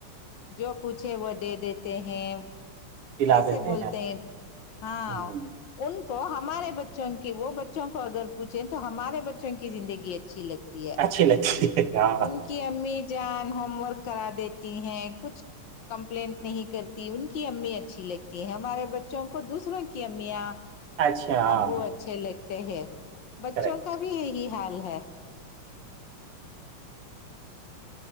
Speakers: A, on the left; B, on the right.
A: جو پوچھے وہ دے دیتے ہیں
B: پلا
A: ایسے
B: دیتے
A: بولتے ہیں ہاں
B: ہوں
A: ان کو ہمارے بچوں کے وہ بچوں کو اگر پوچھیں تو ہمارے بچوں کی زندگی اچھی لگتی ہے
B: اچھی لگ ہاں
A: ان کی امی جان ہوم ورک کرا دیتی ہیں کچھ کمپلینٹ نہیں کرتی ان کی امی اچھی لگتی ہے ہمارے بچوں کو دوسروں کی امیاں
B: اچھا ہاں
A: ابو اچھے ل ت ہیں بچوں
B: کریکٹ
A: کا بھی یہی حال ہے